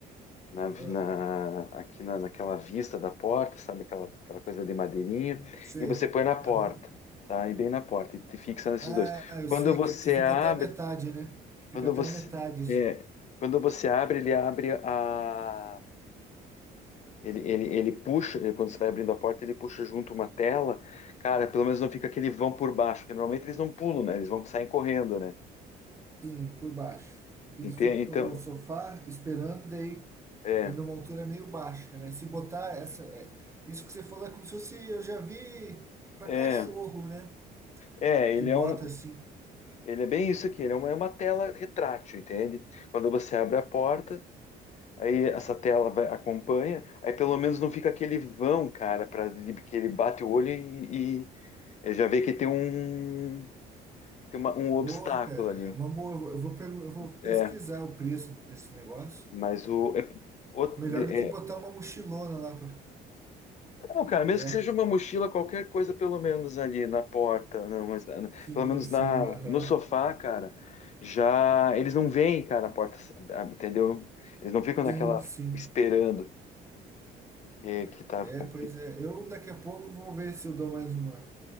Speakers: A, on the left (about 45°); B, on the right (about 15°).
A: na,
B: ah,
A: na- aqui na, naquela vista da porta, sabe aquela, aquela coisa de madeirinha,
B: sei.
A: e você põe na porta,
B: Aham.
A: tá? E bem na porta e te fixa nesses
B: Ah,
A: dois.
B: eu
A: Quando
B: sei
A: você
B: que, que fica
A: abre,
B: até a metade, né? Que fica
A: quando
B: até
A: você,
B: a metade,
A: é, quando você abre, ele abre a Ele, ele, ele puxa, quando você vai abrindo a porta, ele puxa junto uma tela. Cara, pelo menos não fica aquele vão por baixo, porque normalmente eles não pulam, né? Eles vão sair correndo, né?
B: sim, por baixo. Porque
A: Entende?
B: eles ficam
A: Então,
B: no sofá esperando, daí
A: é,
B: é numa altura meio baixa, né? Se botar essa. é- isso que você falou é como se fosse. Eu já vi pra
A: é,
B: cachorro, né?
A: é, ele
B: Que bota
A: é um,
B: assim.
A: ele é bem isso aqui, ele é uma, é uma tela retrátil, entende? Quando você abre a porta, aí essa tela vai, acompanha, aí pelo menos não fica aquele vão, cara, para que ele bate o olho e, e já vê que tem um, tem uma- um obstáculo
B: Boa, cara,
A: ali.
B: é uma boa. Eu vou, eu vou pergu- eu vou pesquisar
A: É,
B: o preço desse negócio.
A: Mas o, é- o-
B: Melhor do
A: é-
B: que botar uma mochilona lá, pra,
A: não, cara, mesmo
B: né?
A: que seja uma mochila, qualquer coisa, pelo menos ali na porta, não, mas na-
B: Sim,
A: pelo menos
B: sim,
A: na,
B: aham.
A: no sofá, cara, já eles não veem, cara, a porta, ah, entendeu? Eles não ficam
B: Sim,
A: naquela
B: sim.
A: esperando que, que tá
B: É,
A: complicado.
B: pois é. Eu daqui a pouco vou ver se eu dou mais uma